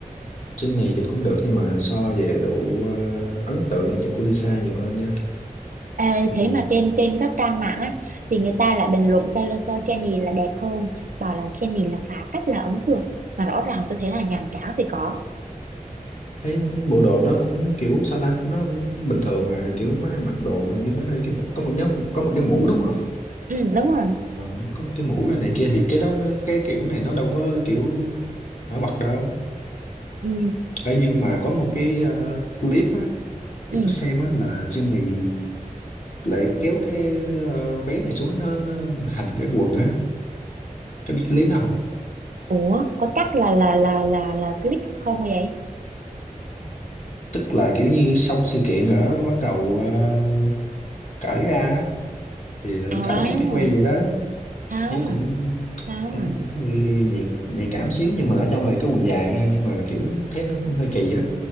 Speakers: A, on the left (about 55°); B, on the right (about 65°).
A: Trên này thì cũng được nhưng mà so về độ ờ, ấn tượng thì chắc của Lisa nhiều hơn nha.
B: Ê,
A: Ừ.
B: thế mà trên trên các trang mạng á, thì người ta lại bình luận cho lên cho Jennie là đẹp hơn, bảo là Jennie là phá cách là ấn tượng, mà rõ ràng tôi thấy là nhàm chán thì có.
A: thấy bộ đồ nó cũng kiểu sao ta nó cũng bình thường mà kiểu mấy mặc đồ hình như nó hơi kiểu có một nhóm có một cái mũ đúng không
B: Ừ, đúng rồi.
A: Ờ, có một cái mũ này, này kia thì cái đó nó cái kiểu này nó đâu có kiểu nổi bật đâu
B: Ừ,
A: ấy nhưng mà có một cái ờ, clip á
B: ừ.
A: tôi có xem á là Jenny lại kéo cái ờ, váy này xuống nó, nó hành cái quần á có biết cái clip đó không
B: Ủa, có chắc là là là là là clip thật không vậy?
A: tức là kiểu như xong sự kiện rồi đó bắt đầu ờ, cởi ra á, thì lại
B: À,
A: cởi chiếc mép quay vậy đó
B: không,
A: thấy cũng
B: không.
A: thấy nó cũng hơi nhạy, nhạy cảm xíu nhưng mà ở trong là cái quần dài nha nhưng mà kiểu thấy nó cũng hơi kỳ á